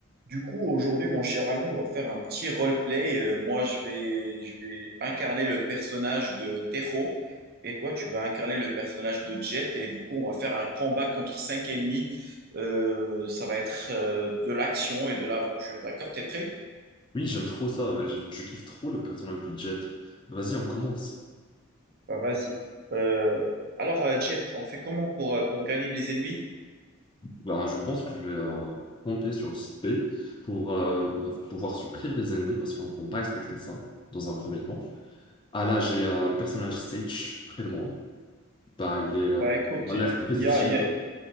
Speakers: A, on the right; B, on the left.
A: Du coup, aujourd'hui, mon cher ami, on va faire un petit roleplay. Euh, moi, je vais, je vais incarner le personnage de Tero et toi, tu vas incarner le personnage de Jet. Et du coup, on va faire un combat contre cinq ennemis. Euh, ça va être euh, de l'action et de l'aventure. D'accord? T'es prêt?
B: Oui, j'aime trop ça, ouais. Je, je kiffe trop le personnage du Jet. Vas-y, on commence.
A: Bah, vas-y. Euh, alors, euh, Jet, on fait comment pour, euh, pour gagner les ennemis?
B: Bah, je pense que je vais euh, camper sur le site B pour euh, pouvoir surprendre les ennemis parce qu'on ne va pas expecter ça dans un premier temps. Ah là, j'ai euh, le personnage Sage près de moi. Bah, il est,
A: Bah
B: euh,
A: écoute,
B: il a
A: il
B: l'air très
A: y
B: utile.
A: a, il y a-